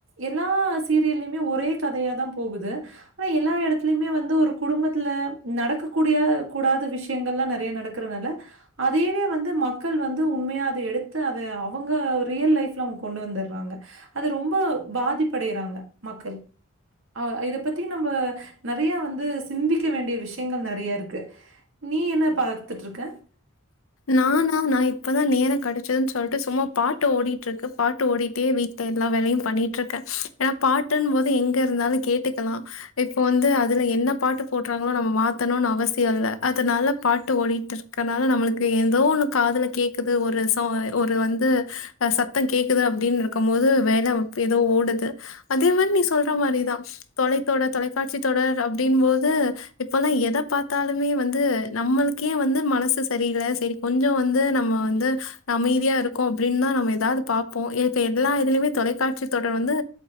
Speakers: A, on the right; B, on the left.
A: எல்லா சீரியல்லயுமே ஒரே கதையாதா போகுது ஆனா எல்லா எடத்துலயுமே வந்து ஒரு குடும்பத்துல நடக்க கூடியா கூடாத விஷயங்கள்லா நெறைய நடக்கறனால அதையே அதையே வந்து மக்கள் வந்து உண்மையா அத எடுத்து அத அவங்க ரியல் லைஃப்ல அவுங்க கொண்டு வந்தற்றாங்க அது ரொம்ப பாதிப்படையறாங்க மக்கள் அ இத பத்தி நம்ப நெறையா வந்து சிந்திக்க வேண்டிய விஷயங்கள் நெறைய இருக்கு நீ என்ன பாத்துட்ருக்க
B: நானா நா இப்பதா நேரொ கெடச்சதுன் சொல்ட்டு சும்மா பாட்டு ஓடிட்டு இருக்கு பாட்டு ஓடிட்டே வீட்ல எல்லா வேலையு பண்ணிட்ருக்கே ஏனா பாட்டுன்போது எங்க இருந்தாலு கேட்டுக்கலா இப்போ வந்து அதுல என்ன பாட்டு போட்றாங்களோ நம்ம மாத்தணுனு அவசியோ இல்ல அதனால பாட்டு ஓடிட்டுர் க்கனால நம்மளுக்கு ஏதோ ஒண்ணு காதுல கேக்குது ஒரு சோ ஒரு வந்து அ சத்தம் கேக்குது அப்டின் இருக்கும்போது வேல எதோ ஓடுது அதேமாரி நீ சொல்ற மாரிதா தொலைத்தொடர் தொலைக்காட்சி தொடர் அப்டின்போது இப்பல்லா எத பாத்தாலுமே வந்து நம்மளுக்கே வந்து மனசு சரி இல்ல சேரி கொஞ்சோ வந்து நம்ம வந்து அமைதியா இருக்கோ அப்டின்தா நம்ம ஏதாவது பா ப்போ ஏத்த எல்லா இதுலயுமே தொலைக்காட்சி தொடர் வந்து